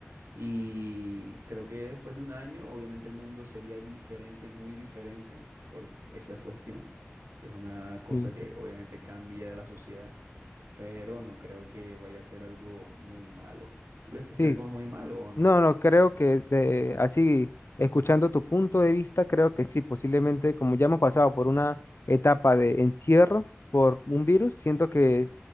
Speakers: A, on the right; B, on the left.
A: Y creo que después de un año, obviamente el mundo sería diferente, muy diferente por esa cuestión, que es una cosa
B: Sí,
A: que obviamente cambia la sociedad, pero no creo que vaya a ser algo muy malo. ¿Tú crees que sea
B: sí,
A: algo muy malo o no?
B: No, no, creo que de, así, escuchando tu punto de vista, creo que sí, posiblemente como ya hemos pasado por una etapa de encierro por un virus, siento que